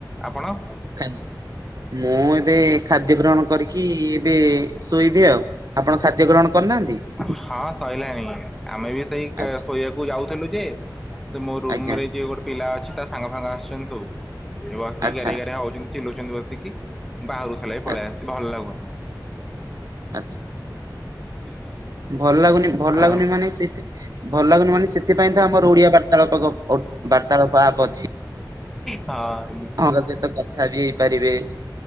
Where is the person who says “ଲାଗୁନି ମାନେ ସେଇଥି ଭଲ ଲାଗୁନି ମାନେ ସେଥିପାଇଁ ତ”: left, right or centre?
Right